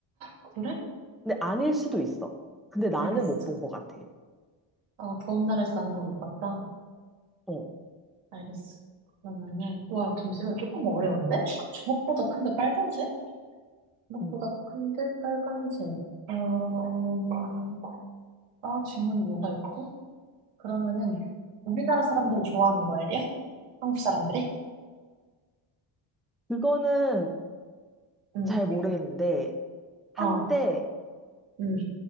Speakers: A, on the right; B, in the centre.
A: 그래?
B: 근데 아닐 수도 있어. 근데 나는
A: 알겠어.
B: 못 본 것 같아.
A: 아, 더운 나라에서 나는 걸 못 봤다.
B: 어,
A: 알겠어. 그러면은, 와, 잠시만, 조금 어려운데? 주먹보다 큰데 빨간색? 주먹보다
B: 음,
A: 큰데 빨간색. 음, 아, 질문이 뭐가 있지? 그러면은, 우리나라 사람들이 좋아하는 과일이야? 한국 사람들이?
B: 그거는
A: 응,
B: 잘 모르겠는데, 한때,
A: 어, 응.